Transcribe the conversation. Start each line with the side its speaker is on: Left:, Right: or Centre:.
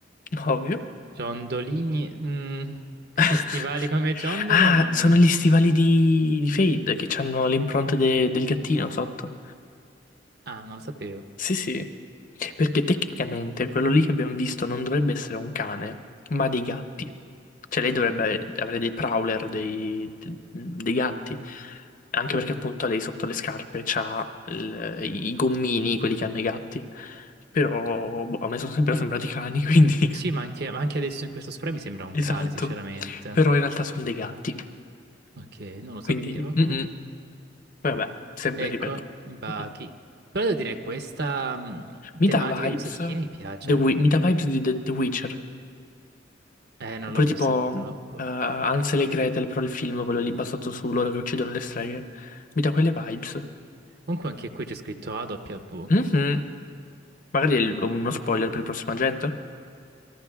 Left: <laughs> Ovvio.
Right: Ciondolini. mm, questi
Left: <laughs>
Right: stivali come ciondolo?
Left: Ah,
Right: non-
Left: sono gli stivali di, di Fade che hanno l'impronta de- del gattino sotto.
Right: Ah, non lo sapevo.
Left: Sì, sì, perché tecnicamente quello lì che abbiamo visto non dovrebbe essere un cane, ma dei gatti. Cioè lei dovrebbe avere dei prowler, dei, dei gatti, anche
Right: Ah.
Left: perché appunto lei sotto le scarpe c'ha il- i gommini, quelli che hanno i gatti. Però, boh, a me sono sempre sembrati cani, quindi... <laughs>
Right: Sì, ma anche, ma anche adesso in questo spray mi sembra un
Left: Esatto.
Right: cane, sinceramente.
Left: Però in realtà sono dei gatti,
Right: Ok, non lo
Left: quindi...
Right: sapevo.
Left: mm,
Right: Mm.
Left: mm. Vabbè, sempre
Right: Ecco,
Left: ripeto.
Right: Baki.
Left: mm, mm.
Right: Però devo dire, questa mm,
Left: Mi
Right: tematica
Left: dà vibes...
Right: di queste skin mi piace.
Left: The Wi- mi dà vibes di The The Witcher.
Right: Eh, non
Left: Oppure
Right: l'ho vista
Left: tipo
Right: purtroppo.
Left: eh, Hansel e Gretel, però il film, quello lì basato su loro che uccidono le streghe. Mi dà quelle vibes.
Right: Comunque anche qui c'è scritto AW.
Left: Mhm. Magari è il- uno spoiler per il prossimo agente?